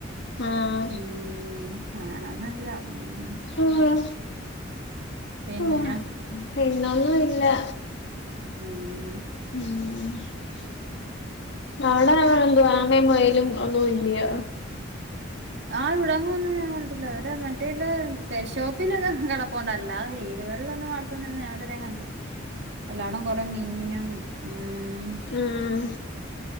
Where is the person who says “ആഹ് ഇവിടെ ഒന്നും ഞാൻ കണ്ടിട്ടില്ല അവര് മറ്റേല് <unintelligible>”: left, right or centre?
Right